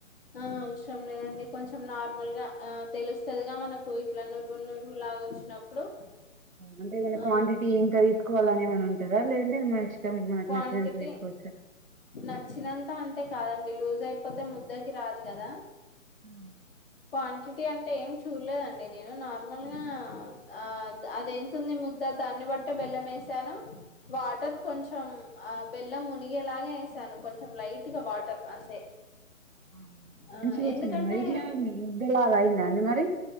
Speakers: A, on the left; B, on the right.
A: ఆహ్ అవసరం లేదండి కొంచెం నార్మల్గా. ఆహ్ తెలుస్తదిగా మనకు ఇట్లా నురువు నురువులాగా వచ్చినప్పుడు.
B: అంటే ఏమైనా
A: ఆ
B: క్వాంటిటీ ఇంకా తీసుకోవాలనే మనే ఉంటాద్ దా. లేనంటే మాన్ ఇష్టం. మనకు
A: క్వాంటిటీ
B: నచ్చినంత తీసుకోవచ్చా
A: నచ్చినంత. అన్ అంటే కాదండి లూజ్ అయిపోతే ముద్దకి రాదు. కదా
B: ఉహ్ అవున్
A: క్వాంటిటీ అంటే ఏం చూడలేదండి. నేను నార్మల్గా ఆ అది ఎంతుంది. ముద్ద దాన్ని బట్టే బెల్లం ఏసాను. వాటర్ కొంచ్ ఆ బెల్లం మునిగేలాగే ఏసాను. కొంచెం లైట్ గా వాటర్ అంతే
B: ఆవు
A: ఆ
B: మంచిగా వచ్చిందా
A: ఎందుకంటే
B: మరి ఇట్లా ఉహ్ డిలాగా అయిందాండి మరి.